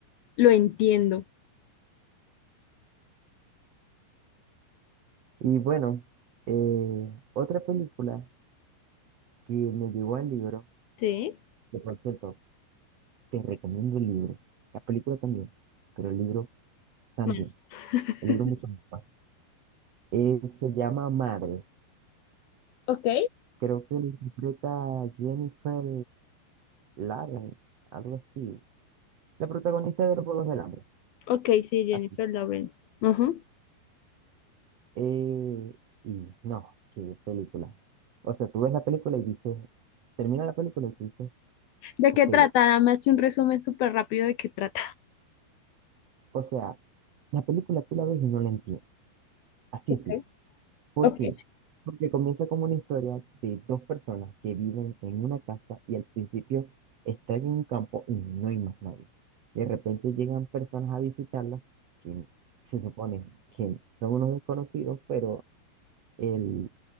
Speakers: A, on the left (about 65°); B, on the right (about 75°).
A: lo entiendo.
B: Y bueno, eh, otra película que me llevó al libro
A: Sí,
B: Que por cierto, te recomiendo el libro. La película también, pero el libro también.
A: más. <laughs>
B: El libro mucho más. Eh, se llama Madre.
A: Ok,
B: Creo que lo interpreta Jennifer Lawrence, algo así. La protagonista de los Juegos del Hambre.
A: ok, sí, Jennifer
B: Así.
A: Lawrence. Ujú.
B: Eh, y no, qué película. O sea, tú ves la película y dices, termina la película y tú dices,
A: ¿De
B: ok.
A: qué trata? Dame así un resumen súper rápido de qué trata.
B: O sea, la película tú la ves y no la entiendes. Así
A: Ok,
B: es. ¿Por
A: ok,
B: qué? Porque comienza como una historia de dos personas que viven en una casa y al principio están en un campo y no hay más nadie. De repente llegan personas a visitarlas que se supone que son unos desconocidos, pero el,